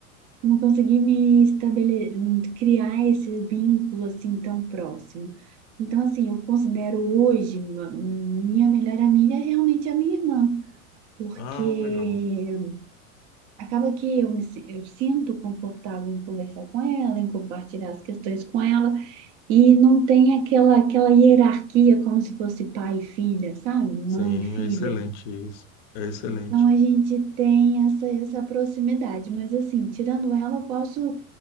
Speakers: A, on the right (about 40°); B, on the left (about 40°).
A: não consegui me estabelecer, criar esse vínculo assim tão próximo. Então, assim, eu considero hoje ma- minha melhor amiga é realmente a minha irmã, porque
B: Ah, legal.
A: acaba que eu me, si- eu sinto confortável em conversar com ela, em compartilhar as questões com ela, e não tem aquela, aquela hierarquia como se fosse pai e filha, sabe? Mãe
B: Sim,
A: e filha.
B: é excelente isso. É excelente.
A: Então a gente tem essa, essa proximidade, mas assim, tirando ela, eu posso,